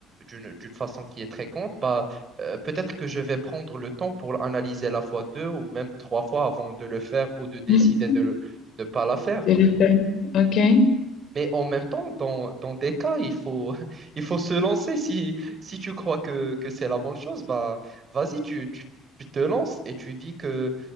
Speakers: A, on the right; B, on the left.
A: d'une d'une façon qui est très grande, bah, euh, peut-être que je vais prendre le temps pour analyser la fois deux ou même trois fois avant de le faire ou de décider
B: <laughs>
A: de ne pas la faire.
B: Tout à fait. OK.
A: Mais en même temps, dans, dans des cas, il faut, <laughs> il faut se lancer. Si, si tu crois que, que c'est la bonne chose, bah, vas-y, tu, tu, tu te lances et tu dis que